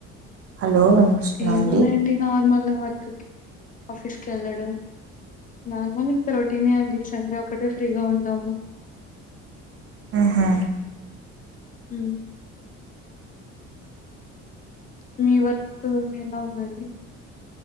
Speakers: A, on the right; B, on the left.
A: హలో వినిపిస్తుందా
B: ఏమున్నాయండి
A: అండి
B: నార్మల్ వర్క్ కి ఆఫీస్కి వెళ్ళడం నార్మల్ ఇంకా రోటీ నే అండి సండే ఒకటే ఫ్రీగా ఉంటాము
A: ఆహా
B: హ మీ వర్క్ ఎలా ఉందండి